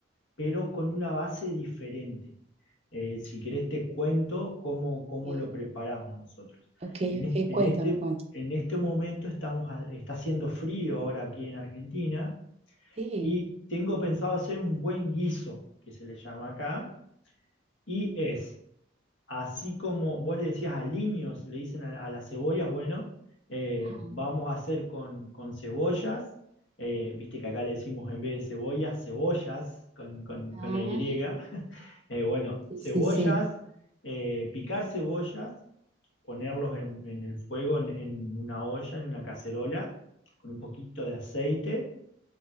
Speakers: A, on the left; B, on the right.
A: pero con una base diferente. Eh, si querés te cuento cómo, cómo
B: ok,
A: lo preparamos nosotros.
B: ok,
A: En, es-
B: ok,
A: en
B: cuéntame,
A: este,
B: cuéntame.
A: en este momento estamos, ha- está haciendo frío ahora aquí en Argentina
B: Sí,
A: y tengo pensado hacer un buen guiso, que se le llama acá, y es Así como vos le decías a aliños, le dicen a, a las cebollas, bueno, eh,
B: ajá.
A: vamos a hacer con, con cebollas, eh, viste que acá le decimos en vez de cebollas, cebollas con, con-
B: Ah,
A: con la Y, <laughs> Eh, bueno,
B: sí,
A: cebollas,
B: sí, sí,
A: eh, picar cebollas, ponerlos en, en el fuego, en, en una olla, en una cacerola, con un poquito de aceite,